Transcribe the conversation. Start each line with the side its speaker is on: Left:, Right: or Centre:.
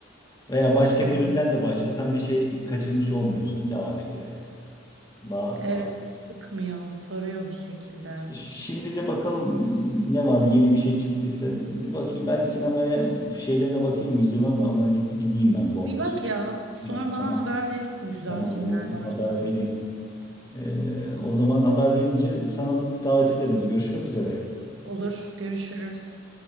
Left: Veya başka
Right: Doğru.
Left: bölümden de başlasan bir şey kaçırmış olmuyorsun. Devam ediyor yani. Bağ,
Right: Evet
Left: bağ.
Right: sıkmıyor, sarıyor bir şekilde.
Left: İşte şi- şimdi de bakalım e, ne var yeni bir şey çıktıysa bir bakayım ben sinemaya şeylerine bakayım vizyona da ona git, gideyim ben bu
Right: Bir
Left: hafta
Right: bak
Left: sonu.
Right: ya, sonra
Left: Yani
Right: bana
Left: tamam
Right: haber verirsin güzel
Left: tamam
Right: filmler
Left: oldu
Right: varsa.
Left: haber vereyim. Ee, o zaman haber verince sana da davet ederiz. Görüşmek üzere.
Right: Olur, görüşürüz.